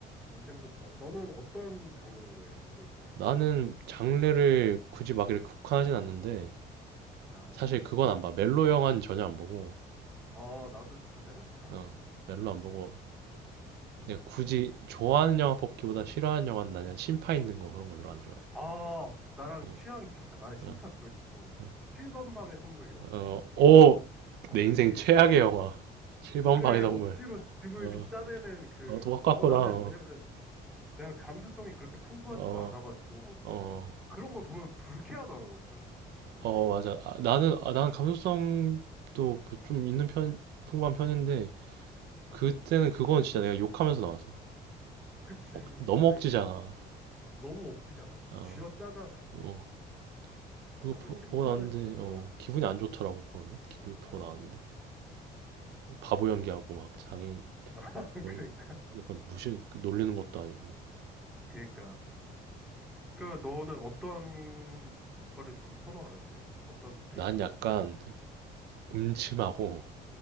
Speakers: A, in the centre; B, on the right.
A: 전쟁도 좋아하고. 너는 어떤 장르의 그걸 좋아해?
B: 나는 장르를 굳이 막 이렇게 국한하진 않는데,
A: 아,
B: 사실 그건 안 봐. 멜로 영화는 전혀 안 보고,
A: 아, 나도 잘 멜로디 잘
B: 어,
A: 부르는 것 같아.
B: 멜로 안 보고, 내가 굳이 좋아하는 영화 뽑기보다 싫어하는 영화는 나는 심파 있는 거 그런 거 별로 안 좋아해.
A: 아, 나랑
B: 어,
A: 취향이 비슷해. 나는 심파
B: 어,
A: 절, 뭐,
B: 어,
A: 7번 방의 선물 이런
B: 어,
A: 거 있잖아. 그,
B: 오!
A: 억지.
B: 내 인생 최악의 영화. 7번
A: 그래,
B: 방의 동물.
A: 억지로 집을
B: 어,
A: 짜내는 그,
B: 어, 똑같구나.
A: 어, 나는,
B: 어,
A: 왜냐면, 내가 감수성이 그렇게 풍부하지도
B: 어,
A: 않아가지고,
B: 어,
A: 그런 걸 보면 불쾌하더라고. 좀, 아,
B: 어,
A: 왜?
B: 맞아. 아, 나는, 아, 난 감수성도 뭐좀 있는 편, 풍부한 편인데,
A: 아,
B: 그때는 그건 진짜 내가 욕하면서 나왔어.
A: 그치.
B: 억, 너무
A: 아,
B: 억지잖아.
A: 이게 너무 억지잖아. 맞아.
B: 어,
A: 쥐어짜잖아.
B: 어.
A: 아,
B: 그거
A: 나도
B: 보,
A: 심판은
B: 고 나왔는데,
A: 정말
B: 어,
A: 안 좋아해.
B: 기분이 안 좋더라고, 그거는. 기분이 보고
A: 맞아,
B: 나왔는데.
A: 맞아.
B: 바보 연기하고 막 장애인,
A: <laughs> 아,
B: 그런
A: 그러니까.
B: 약간 무시, 놀리는 것도 아니고.
A: 그러니까. 그, 너는 어떤 거를 좀 선호하는데? 어떤 내용의
B: 난 약간
A: 영화를?
B: 음침하고,